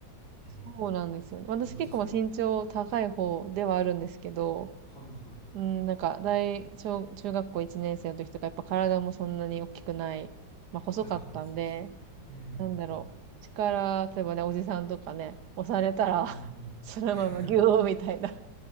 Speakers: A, on the left; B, on the right.
A: え。
B: そうなんですよね。
A: うん。
B: 私結構まあ身長高い方ではあるんですけど、
A: 運そう。はいはいはい。
B: うん、なんか大、小、中学校1年生の時とか、やっぱ体もそんなに大きくない、まあ細かったんで、
A: はいはい、そうっすね。うん
B: なんだろう。力、例えばね、おじさんとかね、押されたら
A: うんうん。
B: <laughs>
A: うんうん。
B: そのままギューみたいな
A: <laughs>